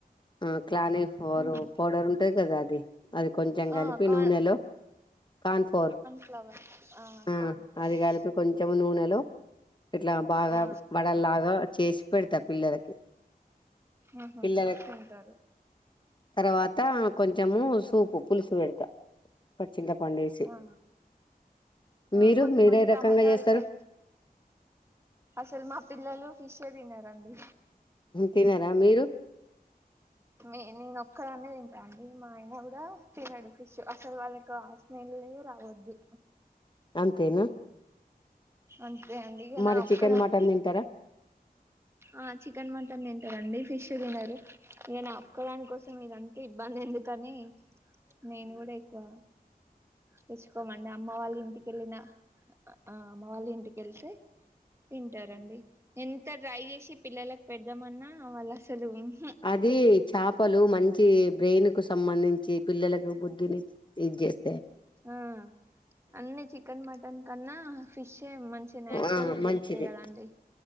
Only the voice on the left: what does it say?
ఆ క్లానీ ఫ్లోర్
పౌడర్ ఉంటది కదా అది అది కొంచెం
కలిపి
నూనెలో కార్న్ ఫ్లోర్
మ్
అది కలిపి కొంచెం నూనెలో ఇట్లా బాగా
వడల్లాగా చేసి పెడతా పిల్లలకి
పిల్లల
తర్వాత కొంచము సూపు పులుసు పెడతా చింతపండేసి
మీరు
మీరే రకంగా
చేస్తారు
తినారా మీరు
అంతేనా
మరి
చికెన్ మటన్ తింటారా
అదే చాప లు మంచి బ్రెయిన్ కు సంబంధించి పిల్లలకు బుద్ధిని ఇదిజెస్త
ఆ
మంచిది